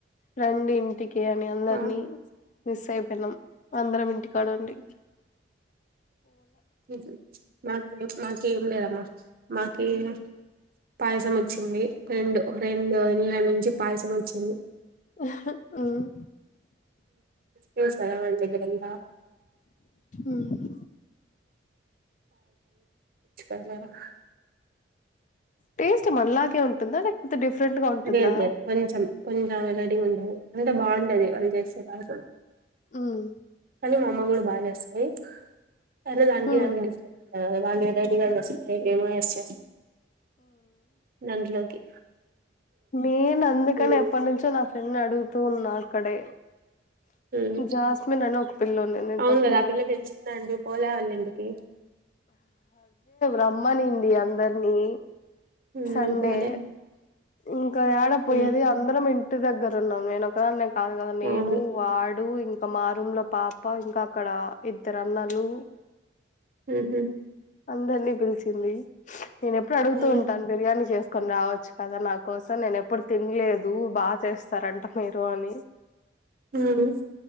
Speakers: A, on the left; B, on the right.
A: రండి ఇంటికి ఓకే అని అందరిని
B: ఆ
A: మిస్ అయిపోం నామ్ అందరం ఇంటి కాడ ఉండి
B: ఊహూ మాకు లేవ్ మాకు ఏం లేదమ్మా మాకు ఏం పాయసం వచ్చింది రెండు రెండు ఇళ్ళ నుంచి పాయసం వచ్చింది
A: హ్మ్
B: పిలుస్తారా మ
A: ఉమ్
B: <unintelligible> ఆ <unintelligible>
A: టేస్ట్ మనలాగే ఉంటుందా లేకపోతే డిఫరెంట్ గా ఉంటుందా
B: లేదు లేదు కొంచెం కొంచం రెడి ఉండదు అంటే బావుంటది అది చేస్తే పలకడు
A: మ్మ్
B: కానీ మామ కూడా బాజేస్తది అరే దానికి
A: హ్మ్
B: దానికి ఆన్సర్ తెలవదు వాళ్ళు ఏదో ఒకటి గా చేస్తరు ఏదైనా ఏసి చేస్తరు నందులోకి
A: నేనందుకని
B: ఉమ్
A: ఎప్పటి నుంచో నా ఫ్రెండ్ ని అడుగు తూ ఉన్నా అక్కడే
B: ఉమ్
A: జాస్మిన్ అని ఒక పిల్లో నన ఇంతకు
B: అవును కదా
A: ముందు
B: ఆ పిల్ల పిలిచిందా అండి పోలే వాళ్ళ ఇంటికి
A: రమ్మనింది అందర్నీ
B: ఉమ్
A: సండే
B: వాళ్ళు పోలే
A: ఇంకా ఏడ పోయేది
B: ఉమ్
A: అందరం ఇం ఇంటి దగ్గర ఉన్నాం నేను ఒక్కదాన్నే కాదు కదా నేను
B: అవును
A: వాడ్ డు ఇంకా మా రూమ్ లో పాప ఇంకా అక్కడ ఇద్దరు అన్నలు
B: ఊహూ
A: అందరినీ పిలిచింది నేనెప్పుడూ అడుగుతూ
B: ఉమ్
A: ఉం బిర్యానీ చేసుకొని రావచ్చు కదా నా కోసం నేను ఎప్పుడు తినలేదు బాగా చేస్తారంట మీరు అని
B: హ్మ్